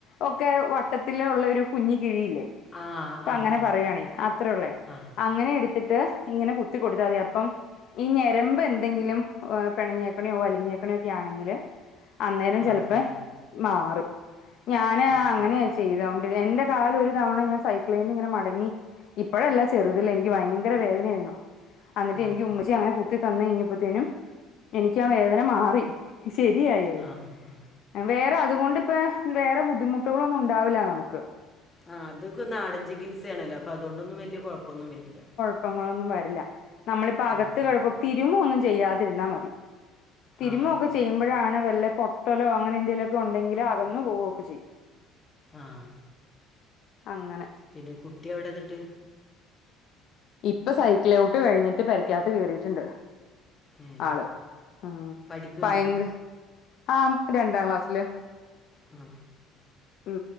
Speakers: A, on the left (about 60°); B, on the left (about 25°).
A: ഒക്കെ വട്ടത്തിലുള്ള ഒരു കുഞ്ഞി കിഴിയില്ലേ.
B: ആഹ്
A: പ്പ
B: ആഹ്
A: അങ്ങനെ
B: ആഹ്
A: പറയാണെ അത്രൊള്ളേ
B: ആഹ്
A: അങ്ങനെ എടു ത്തിട്ട് ഇങ്ങനെ കുത്തി കൊടുത്താമതി അപ്പം ഈ ഞരമ്പ് എന്ത എന്തെങ്കിലും ആഹ് പിണഞ്ഞേക്കണേ വലിഞ്ഞേക്കണെ ഒക്കെ ആണെങ്കിൽ അന്നേരം
B: മാറൂല്ലേ
A: ചെലപ്പെ മാറും ഞാന്
B: ആഹ്
A: അങ്ങനേയ ചെയ്തോ എന്റെ കാല്ഒരു തവണ ഞാൻ സൈക്കിളീന്നിങ്ങനെ മടങ്ങി ഇപ്പോഴല്ല ചെറുതില് എനിക്ക് ഭയങ്കര വേദനയിരുന്നു അന്നിട്ട്
B: ഉം.
A: എനിക്കു ഉമ്മച്ചി അങ്ങനെ കുത്തി തന്ന് കഴിഞ്ഞപ്പോത്തിനും എനിക്കാവേദന മാറി ശരിയായത്.
B: ആ ആ.
A: വേറെ അതുകൊണ്ടിപ്പൊ വേറെ ബുദ്ധിമുട്ടുകളൊന്നും ഉണ്ടാവില്ല നമക്ക്.
B: ആഹ് അതൊക്കെ നാടൻ ചികിത്സേണെല്ലോ അപ്പൊ അതോണ്ടൊന്നും വല്ല്യ കൊഴപ്പൊന്നുംവര്ല്ല.
A: ഇപ്പം അങ്ങനൊന്നും വരില്ല നമ്മളിപ്പ അകത്ത്
B: ഉം.
A: കഴകു തിരുമ്പൊന്നും ചെയ്യാതിരുന്നാ മതി തിരുമ്മൊക്കെചെയുമ്പൊഴാണ്
B: ആ ആയിക്കോട്ടെ
A: വല്ല പൊട്ടലോ അങ്ങനെന്തെങ്കിലൊക്കെ ഉണ്ടെങ്കില് അകന്നു പോവൊക്കെ ചെയ്യും.
B: ആഹ്.
A: അങ്ങനെ.
B: പിന്നെ കുട്ടി എവിടെന്നിട്ട്
A: ഇപ്പ സൈക്കിള് ചൗട്ട് കഴിഞ്ഞിട്ട് പെരക്യാത്ത് കേറീട്ട്ണ്ട്.
B: ഉം.
A: ആള് ഉം
B: പഠിക്കുന്നുണ്ടോ
A: പയങ്ക് ആഹ് രണ്ടാം ക്ലാസില്.
B: ഉം
A: മ്